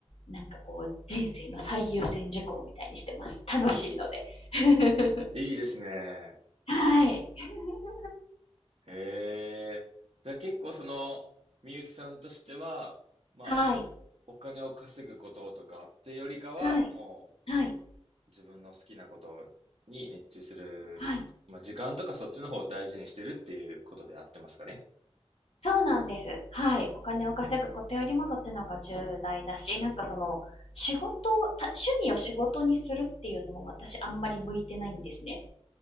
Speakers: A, on the left; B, on the right.
A: なんかこう、人生の最優先事項みたいにしてます。楽しいので。<laughs>
B: いいですね。
A: はい。<laughs>
B: へえ。じゃあ結構その、みゆきさんとしては、まあ、
A: はい。
B: お金を稼ぐこととかってよりかは、
A: はい。
B: も
A: はい。
B: う自分の好きなことに熱中する、
A: はい。
B: まあ時間とかそっちの方を大事にしてるっていうことであってますかね。
A: そうなんです。はい。お金を稼ぐことよりもそっちの方が重大だし、なんかその、仕事を、た趣味を仕事にするっていうのも私あんまり向いてないんですね。